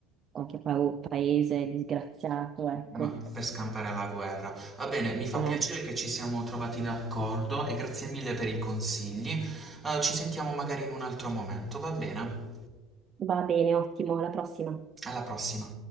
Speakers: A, on the right (about 40°); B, on the right (about 15°).
A: qualche pa- paese disgraziato, ecco.
B: ma- Per scampare alla guerra. Va bene, mi fa
A: Eh,
B: piacere che ci siamo trovati d'accordo e grazie mille per i consigli. Eh, ci sentiamo magari in un altro momento, va bene?
A: va bene, ottimo, alla prossima.
B: Alla prossima.